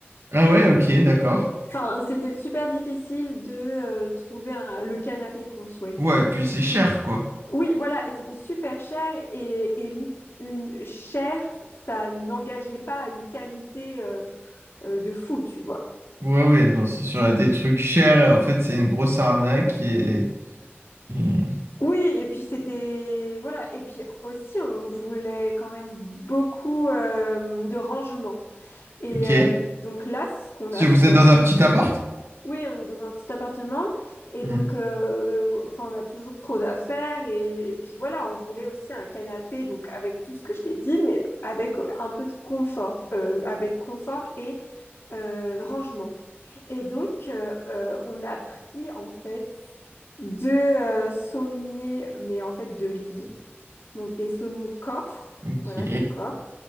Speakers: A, on the right; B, on the left.
A: Ah ouais, ok, d'accord.
B: Enfin, c'était super difficile de euh, trouver un- le canapé qu'on souhaitait.
A: Ouais, puis c'est cher quoi.
B: Oui, voilà, et c'était super cher et, et m- l- cher, ça n'engageait pas à une qualité euh, euh, de fou, tu vois.
A: Ouais, ouais, non, c'est sûr, il y a des trucs chers. En fait, c'est une grosse arnaque et... Hmm,
B: Oui, et puis c'était voilà, et puis aussi on voulait quand même beaucoup euh, de rangement. Et
A: Ok.
B: euh, donc là, ce qu'on
A: Si
B: a
A: vous
B: fait,
A: êtes dans un petit appart?
B: oui, on est dans un petit appartement, et
A: Hmm,
B: donc euh, enfin on a toujours trop d'affaires, et, et puis voilà, on voulait aussi un canapé, donc avec tout ce que je t'ai dit, mais avec un peu de confort, euh, avec confort et euh, rangement. Et donc euh, euh, on a pris en fait deux euh, sommiers, mais en fait deux lits donc des sommiers-coffres,
A: Ok.
B: voilà, des coffres.